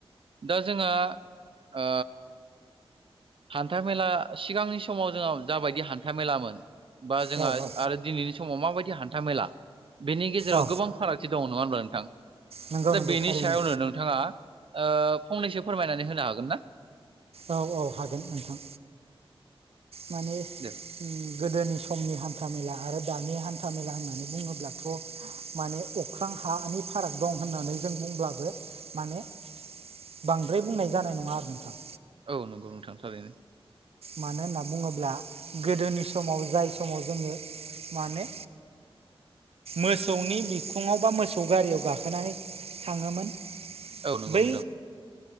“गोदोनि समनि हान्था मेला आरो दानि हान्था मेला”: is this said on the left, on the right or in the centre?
Right